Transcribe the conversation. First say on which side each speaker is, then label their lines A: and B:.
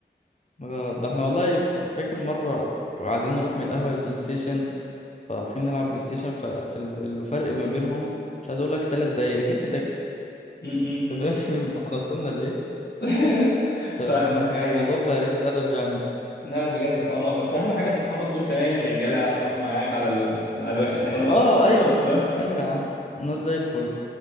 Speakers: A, on the left; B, on the left.
A: آه، ده احنا والله مش فاكر مرة عايزين نروح من القهوة للبلاي ستيشن فرايحين نلعب بلاي ستيشن فالفرق ما بينهم مش عايز اقول لك تلات دقايق ركبنا تاكسي
B: م-م.
A: انت فاهم <laughs> احنا وصلنا لايه
B: <laughs>
A: فالموضوع
B: فاهمك ايوه
A: بقى قلة ادب يعني
B: لا بجد طبعا بس اهم حاجه انت اصحابك دول تمام رجاله ومعاك على ال- على الوحش الحلوه
A: اه
B: قبل الحلوه
A: ايوه
B: قبل الحلوه
A: ايوه يا عم ناس زي الفل